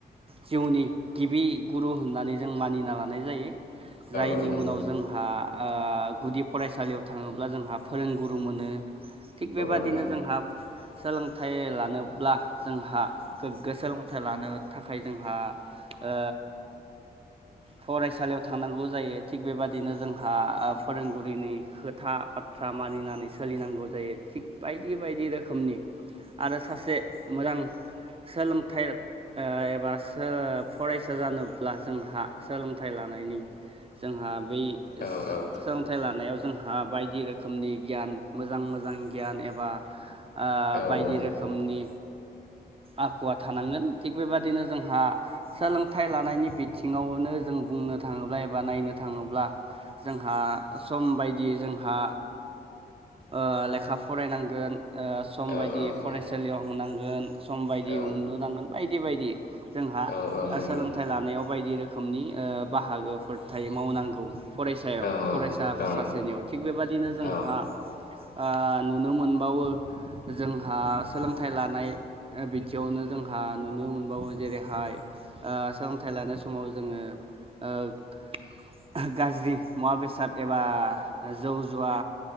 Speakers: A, on the right; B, on the left.
A: जिउनि गिबि गुरु होननानै जों मानिना लानाय जायो। जायनि
B: औ नंगौ
A: उनाव
B: औ नंगौ
A: जोंहा ओ गुदि फरायसालियाव थांङोब्ला जोंहा फोरोंगुरु मोनो थिग बेबादिनो
B: औ
A: जोंहा सोलोंथाइ लानोब्ला जोंहा गोग्गो सोलोंथाइ लानो थाखाय जोंहा ओ फरायसालियाव थांनांगौ जायो थिग बेबादिनो जोंहा फोरोंगुरिनि खोथा बाथ्रा मानिनानै सोलिनांगौ जायो थिग बायदि बायदि रोखोमनि आरो सासे मोजां सोलों ओ एबा सो फरायसा जानोब्ला जोंहा सोलोंथाइ लानायनि जोंहा बै
B: औ
A: सोलोंथाइ
B: औ
A: लानायाव जोंहा बायदि रोखोमनि गियान मोजां मोजां गियान एबा ओ बायदि
B: औ औ
A: रोखोमनि आखुवा थानांगोन थिग बेबादिनो जोंहा सोलों थाय लानायनि बिथिङावनो जों बुंनो थाङोब्ला एबा नायनो थाङोब्ला जोंहा सम बायदि जोंहा ओ लेखा फरायनांगोन ओ सम
B: औ
A: बायदि
B: औ
A: फरायसालियाव
B: औ
A: होनांगोन सम बायदि
B: औ
A: उन्दुनांगोन बायदि बायदि जोंहा
B: औ औ
A: ओ
B: नंगौ
A: सोलोंथाइ लानायाव बायदि रोखोम खोमनि ओ बाहागोफोर थायो मावनांगौ फरायसायाव
B: औ
A: फरायसा
B: औ
A: सासेनियाव थिग बेबादिनो जोंहा
B: औ
A: ओ नुनो मोनबावो जोंहा सोलोंथाइ लानाय बिदियावनो जोंहा नुनो मोनबावो जेरैहाय ओ सोलोंथाइ लानाय समाव जोङो ओ गाज्रि मुवा बेसाद एबा जौ जुवा